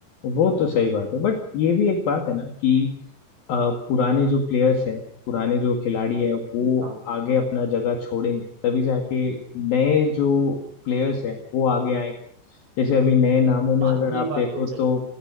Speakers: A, on the left (about 60°); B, on the right (about 65°).
A: वो तो सही बात है बट ये भी एक बात है ना कि अ, पुराने जो प्लेयर्स हैं पुराने जो खिलाड़ी हैं वो
B: हाँ
A: आगे अपना जगह छोड़ेंगे तभी जाके नए जो प्लेयर्स हैं वो आगे आएंगे जैसे अभी नए नामों में
B: हाँ
A: अगर
B: ये
A: आप
B: बात
A: देखो
B: तो सही
A: तो
B: है